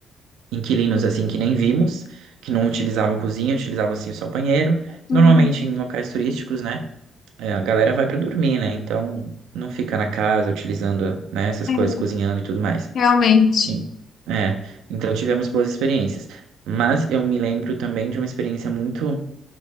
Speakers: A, on the right; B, on the left.
A: inquilinos assim que nem vimos, que não utilizavam cozinha, utilizavam assim só banheiro.
B: Uhum.
A: Normalmente em locais turísticos, né? é, a galera vai pra dormir, né? Então não fica na casa utilizando, né, essas
B: É,
A: coisas, cozinhando e tudo mais.
B: realmente.
A: E- é, então tivemos boas experiências. Mas eu me lembro também de uma experiência muito